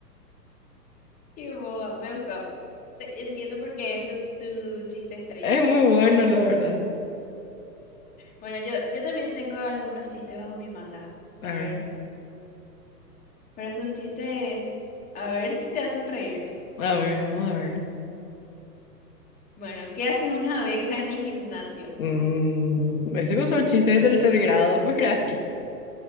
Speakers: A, on the left (about 15°); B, on the left (about 55°).
A: Qué boba, me gustó. Te- entiendo por qué es tu, tu chiste estrella.
B: Es muy bueno, la verdad.
A: Bueno, yo, yo también tengo algunos chistes bajo mi manga.
B: A
A: A
B: ver,
A: ver, pero son chistes. A ver si te hacen reír. <laughs>
B: a ver, vamos a ver.
A: Bueno, ¿qué hace una abeja en el gimnasio?
B: Mm, ese es un chiste de tercer grado por ahí.